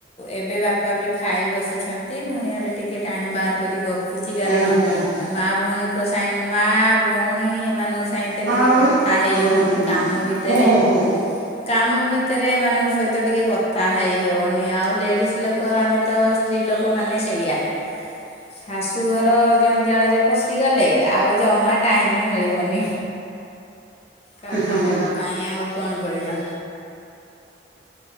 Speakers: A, on the left (about 30°); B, on the right (about 70°).
A: ଏବେ ବାପା ବି ଖାଇ ବସିଛନ୍ତି ମୁଁ ଇଆଡ଼େ ଟିକେ ଟାଇମ୍ ବାହାର କରି ଗପୁଚି କାରଣ
B: ଓଁ ହଁ ହଁ ହଁ
A: ମା ଭଉଣୀଙ୍କ ସାଙ୍ଗ ମା ଭଉଣୀ ଉଣୀ ଏମାନଙ୍କ ସହିତ
B: ବା
A: ଟିକେ
B: ହଁ
A: କଥା ହେଇ
B: ହଁ
A: ହଉନି
B: ହଁ
A: କାମ ଭିତରେ।
B: ହଁ ହଁ
A: କାମ ଭିତରେ ଏମାନଙ୍କ ସହିତ ଟିକେ କଥା ହେ ହେଉନି ଆଉ ଲେଡ଼ିଜ ଲୋକ ଆମେ ତ ସ୍ତ୍ରୀ ଲୋକମାନେ ସେଇଆ ଶାଶୁଘର ଜ ଜଞ୍ଜାଳ ରେ ପଶିଗଲେ ଆଉ ଜମା ଟାଇମ ମିଳିବନି। କଥା
B: ହଁ
A: ହେବା ପାଇଁ ଆଉ କଣ କରିବା।